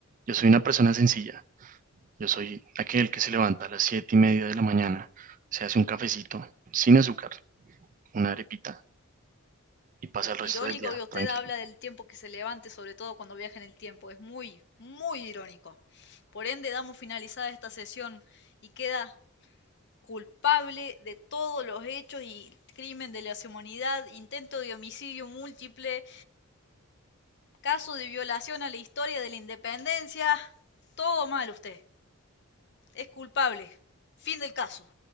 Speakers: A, on the right (about 40°); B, on the left (about 55°).
A: Yo soy una persona sencilla, Yo soy aquel que se levanta a las siete y media de la mañana, se hace un cafecito, sin azúcar, una arepita y pasa el resto
B: Irónico
A: del día
B: que usted
A: tranquilo.
B: habla del tiempo que se levante, sobre todo cuando viaja en el tiempo. Es muy, muy irónico. Por ende, damos finalizada esta sesión y queda Culpable de todos los hechos y crimen de lesa humanidad, intento de homicidio múltiple, caso de violación a la historia de la independencia, todo mal usted. Es culpable. Fin del caso.